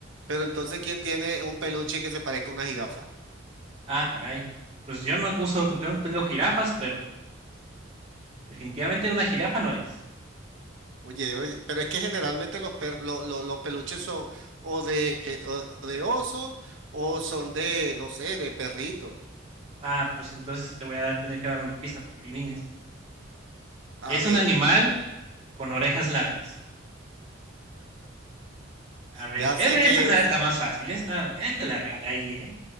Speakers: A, on the right; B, on the right.
A: pero entonces, ¿quién tiene un peluche que se parezca a una jirafa?
B: Ah, caray. Pues yo no uso, yo no tengo jirafas, pero definitivamente una jirafa no es.
A: Oye, oye, pero es que generalmente los, per- lo- lo- los peluches son o de, eh, o- o de oso o son de, no sé, de perritos.
B: Ah, pues entonces te voy a dar, tener que dar una pista para que adivines.
A: A
B: Es
A: ver,
B: un animal
A: <laughs>
B: con orejas largas. A ver,
A: ya
B: es-
A: sé que
B: esta está,
A: es
B: está más fácil. Esta ya te la regalé ahí, ¿eh?